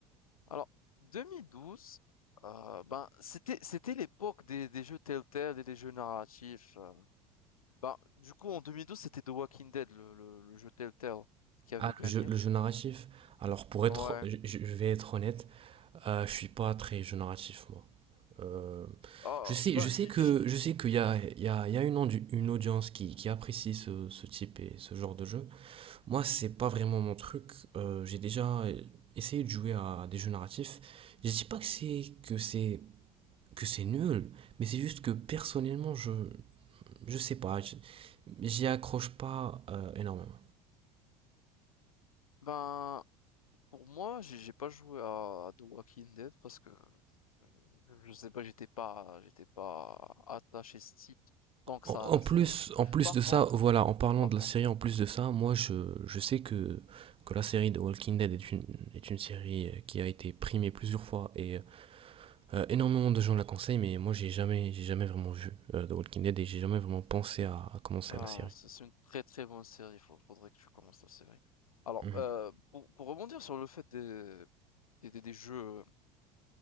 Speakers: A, on the left; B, on the right.
A: Alors, 2012, euh, ben, c'était c'était l'époque des, des jeux Telltale et des jeux narratifs. euh. Ben, du coup, en 2012, c'était The Walking Dead, le, le, le jeu Telltale, qui avait
B: Ah,
A: gagné.
B: le jeu, le jeu narratif. Alors, pour être,
A: Ouais.
B: je, je- je vais être honnête, euh, je suis pas très jeu narratif, moi. Euh,
A: Oh,
B: je sais,
A: ben,
B: je sais
A: j-
B: que,
A: j-
B: je sais qu'il y a, il y a, il y a une, ondu- une audience qui, qui apprécie ce, ce type et ce genre de jeu. Moi, c'est pas vraiment mon truc. Euh, j'ai déjà essayé de jouer à des jeux narratifs. Je dis pas que c'est, que c'est, que c'est nul, mais c'est juste que personnellement, je, je sais pas, je- j'y accroche pas, euh, énormément.
A: ben, Pour moi, j'ai j'ai pas joué à The Walking Dead parce que je je sais pas, j'étais pas, j'étais pas attaché si tant que
B: En
A: ça
B: en
A: à la
B: plus,
A: série.
B: en plus
A: Par
B: de ça,
A: contre,
B: voilà, en parlant
A: par
B: de
A: contre,
B: la série, en plus de ça, moi je, je sais que, que la série de Walking Dead est une, est une série euh, qui a été primée plusieurs fois et euh, énormément de gens la conseillent, mais moi j'ai jamais, j'ai jamais vraiment vu euh, The Walking Dead et j'ai jamais vraiment pensé à, à commencer
A: ben,
B: à la série.
A: c'est c'est une très très bonne série. Faut- faudrait que tu commences la série. Alors,
B: Mhm.
A: euh, pour, pour rebondir sur le fait des, des, des- des jeux,